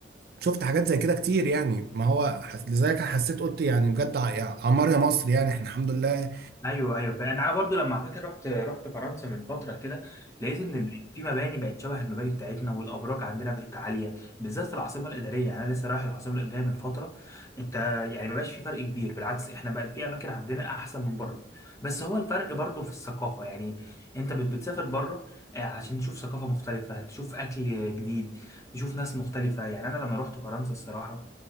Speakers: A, on the right; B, on the left.
A: شفت حاجات زي كده كتير يعني ما هو حس- لذلك حسيت قلت يعني بجد ع- يا عمار يا مصر يعني احنا الحمد لله
B: ايوه ايوه فانا انا برضو لما على فكره رحت رحت فرنسا من فتره كده لقيت ان ال- في مباني بقت شبه المباني بتاعتنا والابراج عندنا بقت عاليه بالذات في العاصمه الاداريه يعني انا لسه رايح العاصمه الاداريه من فتره انت يعني ما بقاش في فرق كبير بالعكس احنا بقى في اماكن عندنا احسن من بره بس هو الفرق برضو في الثقافه يعني انت بت- بتسافر بره آه، عشان تشوف ثقافه مختلفه تشوف اكل جديد تشوف ناس مختلفه يعني انا لما رحت فرنسا الصراحه